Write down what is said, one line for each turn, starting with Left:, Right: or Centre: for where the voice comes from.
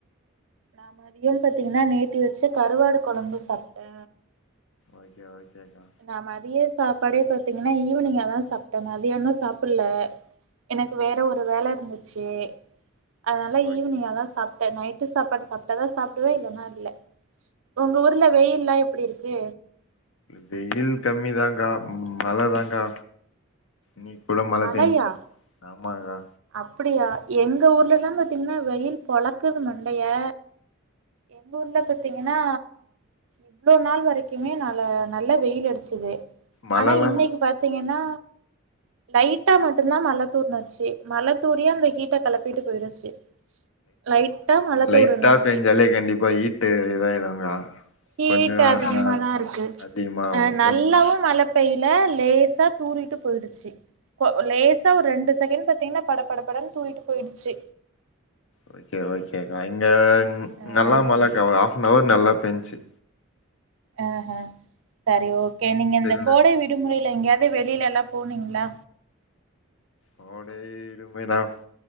Right: நா மதியம் பாத்தீங்னா நேத்தி வச்ச கறுவாடு கொழம்பு சாப்டே
Left: ஓகே ஓகேக்கா
Right: நா மதிய சாப்பாடே பாத்தீங்கனா ஈவினிங்காதா சாப்டே மதியானோ சாப்புட்ல எனக்கு வேற ஒரு வேல இருந்துச்சி அதனால
Left: ஓகே
Right: ஈவினிங்காதா சாப் டே நைட்டு சாப்பாடு சாப்டாதா சாப்டுவே இல்லனா இல்ல ஒங்க ஊர்ல வெயில்லா எப்டி இருக்கு
Left: வெயில் கம்மிதாங்கா மழதாங்கா நீ கூட மழ
Right: மழையா
Left: பேஞ்ச்சி ஆமாங்கா
Right: அப்டியா எங்க ஊர்லலா பாத்தீங்கனா வெயில் பொழக்குது மண்டைய எங்க ஊர்ல பாத்தீங்கனா இவ்ளோ நாள் வரைக்குமே நல நல்ல வெயில் அடிச்சது
Left: மழல்லா
Right: ஆனா இன்னைக்கி பாத்தீங்கனா லைட்டா மட்டுந்தா மழ தூர்ணாச்சி மழ தூறியே அந்த ஹீட்ட கெளப்பிட்டு போயிருச்சி லைட்டா மழ
Left: லைட்டா
Right: தூறுனுச்சி
Left: பேஞ்சாலே கண்டிப்பா ஹீட்டு இதாயிடுங்கா
Right: ஹீட்
Left: கொஞ்சோ ஆ
Right: அதிகமாதா இருக்கு
Left: அதிகமாவு
Right: அ நல்லாவு
Left: கொஞ்சோ
Right: மழ பெய்ல லேசா தூறிகிட்டு போயிடுச்சி போ லேசா ஒர்ரெண்டு செகண்ட் பாத்தீங்கனா பட பட படன் தூறிட்டு போயிடுச்சி
Left: ஓகே ஓகேக்கா இங்க
Right: அ
Left: நல்லா மழக்கா ஒரு ஆஃப்னவர் நல்லா பேஞ்ச்சி
Right: ஆஹா சரி ஓகே நீங்கந்த
Left: சில்னஸ்
Right: கோடை விடுமுறையில எங்கயாது வெளியிலெல்லா போனீங்களா
Left: கோடை விடுமுறை நாஃப்